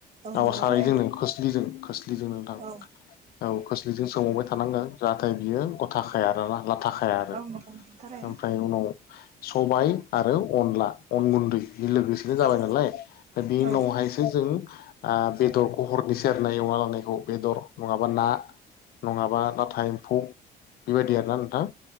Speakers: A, on the left (about 65°); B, on the right (about 40°).
A: औ
B: नंगौ
A: सारायजों
B: थारैनो
A: नों खोस्लिजों खोस्लिजों नोंथां
B: औ
A: औ खोस्लिजों सोमावबाय थानांगोन। जाहाथथाय बियो गथाखाया आरोना लाथाखाया आरो
B: औ नंगौ नंगौ थारैनो
A: ओमफ्राय उनाव सबाय आरो अनला अन गुन्दै बे लोगोसेनो जाबाय
B: औ
A: नालाय दा बेनि
B: औ
A: उनाव हाय जों बेदरखौ हरनो सेरनाय अमा लांनायखौ बेदर नङाबा ना नङाबा नाथाय एम्फौ बेबायदि आरोना नोंथां?